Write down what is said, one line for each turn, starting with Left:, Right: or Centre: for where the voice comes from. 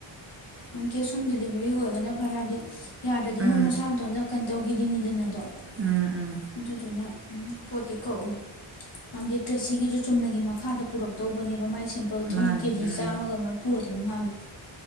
Left: ꯎꯝ ꯀꯦꯁ ꯑꯣꯟ ꯗꯤꯂꯤꯕꯔꯤ ꯑꯣꯢꯔꯒꯅꯥ ꯐꯩ꯫ꯍꯥꯏꯕꯗꯤ
Right: ꯎꯝ
Left: ꯃꯣꯏ ꯃꯁꯥ ꯃꯊꯟꯇꯥ ꯀꯩꯅꯣ ꯇꯧꯒꯤꯗꯤꯅꯤꯗꯅꯥ ꯑꯗꯣ
Right: ꯎꯝ ꯎꯝ
Left: ꯑꯗꯨꯗꯨꯅ ꯎꯝ ꯄꯣꯠꯇꯤ ꯀꯛꯎꯅꯨ ꯍꯥꯏꯗꯤ ꯇꯔ꯭ꯁꯤꯡ ꯁꯤꯖꯨ ꯆꯨꯝꯅꯒꯤ ꯃꯈꯥꯗ ꯄꯨꯔꯛꯇꯧꯕꯅꯦꯕꯥ ꯃꯥꯏꯁꯦ ꯑꯦꯄꯜ ꯗꯨꯅꯥ
Right: ꯃꯥꯅꯦ
Left: ꯑꯃꯨꯛ ꯀꯦ ꯖꯤ
Right: ꯎꯝ
Left: ꯆꯥꯃꯥ ꯒꯥ ꯃꯔꯐꯨ ꯔꯥ ꯀꯩꯅꯣꯝ ꯍꯥꯏꯕꯅꯦ